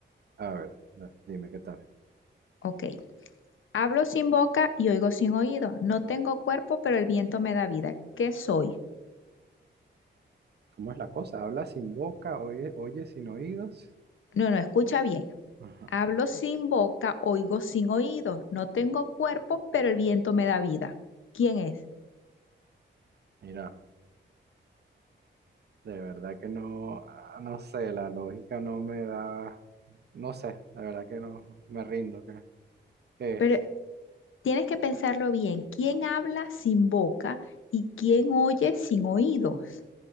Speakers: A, on the right; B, on the left.
A: A ver, da- dime qué tal.
B: Ok. Hablo sin boca y oigo sin oído. No tengo cuerpo, pero el viento me da vida. ¿Qué soy?
A: ¿Cómo es la cosa? ¿Habla sin boca? ¿Oye, oye sin oídos?
B: No, no, escucha bien.
A: Ajá.
B: Hablo sin boca, oigo sin oído. No tengo cuerpo, pero el viento me da vida. ¿Quién es?
A: Mira, de verdad que no, ah, no sé, la lógica no me da, no sé, la verdad que no, me rindo, ¿qué, qué
B: Pero
A: es?
B: tienes que pensarlo bien. ¿Quién habla sin boca y quién oye sin oídos?